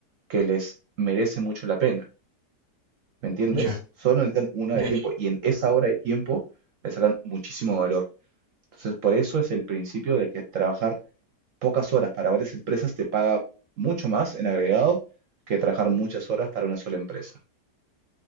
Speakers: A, on the right; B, on the right.
A: que les merece mucho la pena, ¿me entiendes?
B: ya,
A: Solo necesitan una
B: ya,
A: de tiempo
B: ya.
A: y en esa hora de tiempo le sacan muchísimo valor. Entonces, por eso es el principio de que trabajar pocas horas para varias empresas te paga mucho más en agregado que trabajar muchas horas para una sola empresa.